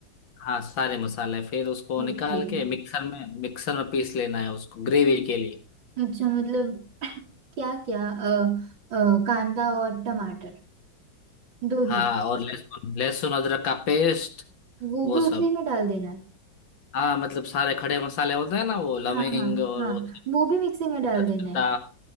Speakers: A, on the left; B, on the right.
A: हाँ सारे मसाले फिर उसको
B: ओके
A: निकाल के मिक्सर में मिक्सर में पीस लेना है उसको ग्रेवी के लिए
B: अच्छा मतलब क्या क्या अ, अ, कांदा और टमाटर दो ही
A: हाँ और लहसुन लहसुन अदरक का पेस्ट
B: वो
A: वो
B: भी
A: सब
B: उसी में डाल देना है
A: हाँ मतलब सारे खड़े मसाले होते हैं ना वो लविंग
B: हाँ हाँ
A: और
B: हाँ
A: वो
B: वो भी मिक्सी में डाल
A: तेजपत्ता
B: देना है